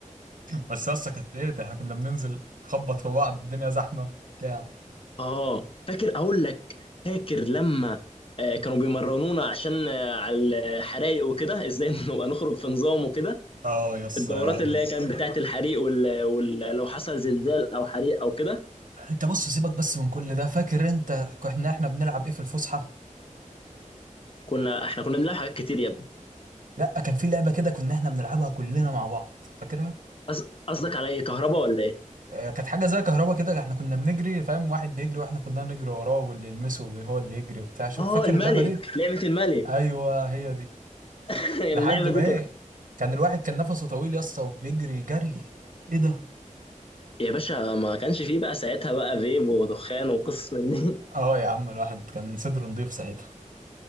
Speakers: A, on the right; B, on the left.
A: بس يس كانت ايه ده احنا كنا بننزل نخبط في بعض الدنيا زحمه بتاع
B: اه فاكر اقول لك فاكر لما آه، كانوا بيمرنونا عشان آه، على الحرايق وكده ازاي <laughs> نبقى نخرج في نظام وكده
A: اه يس
B: الدورات
A: يا لهوي
B: اللي هي كانت بتاعت الحريق وال... وال... لو حصل زلزال او حريق او كده
A: انت بص سيبك بس من كل ده فاكر انت كنا احنا بنلعب ايه في الفسحه
B: كنا احنا كنا بنلعب حاجات كتير يا ابني
A: لا كان في لعبه كده كنا احنا بنلعبها كلنا مع بعض فاكرها
B: قص- قصدك على ايه كهرباء ولا ايه
A: آه، كانت حاجه زي كهربا كده احنا كنا بنجري فاهم واحد بيجري واحنا كلنا نجري وراه واللي يلمسه هو اللي يجري وبتاع شو
B: اه
A: فاكر
B: الملك
A: اللعبه دي
B: لعبة الملك
A: ايوه هي دي
B: <laughs>
A: لحد
B: اللعبة
A: ما
B: دي
A: ايه
B: كانت
A: كان الواحد كان نفسه طويل يا اسطى وبيجري جري ايه ده
B: يا باشا ما كانش فيه بقى ساعتها بقى فيب ودخان وقصص من دي <laughs>
A: اه يا عم الواحد كان صدره نضيف ساعتها